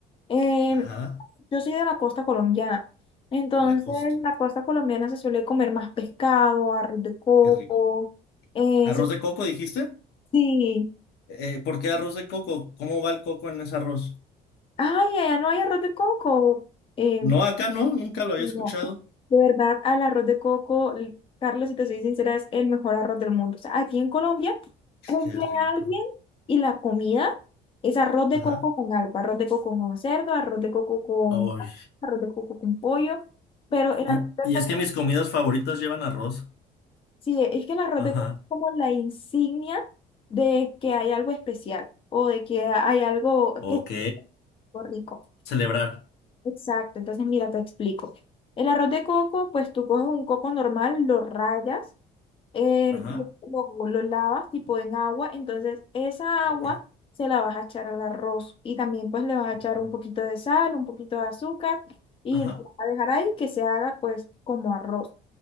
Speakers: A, on the left; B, on the left.
A: Em,
B: Ajá,
A: yo soy de la costa colombiana, entonces
B: la costa.
A: en la costa colombiana se suele comer más pescado, arroz de coco,
B: Qué rico.
A: eh,
B: ¿Arroz
A: se-
B: de coco dijiste?
A: sí,
B: Eh, ¿por qué arroz de coco? ¿Cómo va el coco en ese arroz?
A: ay, allá no hay arroz de coco, em,
B: No, acá no, nunca lo había
A: No.
B: escuchado.
A: De verdad, al arroz de coco, l- Carlos, si te soy sincera, es el mejor arroz del mundo. O sea, aquí en Colombia cumple
B: Qué rico.
A: alguien y la comida es arroz de
B: Ajá.
A: coco con algo, arroz de coco con cerdo, arroz de coco con
B: Ay,
A: carne, arroz de coco con pollo, pero
B: Y,
A: el arroz de
B: y
A: coco,
B: es que mis comidas favoritas llevan arroz.
A: sí, es que el arroz
B: Ajá.
A: de coco es como la insignia de que hay algo especial o de que hay algo
B: Ok.
A: que es rico.
B: Celebrar.
A: Exacto, entonces mira, te explico. El arroz de coco, pues tú coges un coco normal, lo rayas eh,
B: Ajá.
A: lo, lo- lo lavas tipo en agua, entonces esa
B: Ok.
A: agua se la vas a echar al arroz y también pues le vas a
B: Ok.
A: echar un poquito de sal, un poquito de azúcar y
B: Ajá.
A: lo vas a dejar ahí que se haga pues como arroz.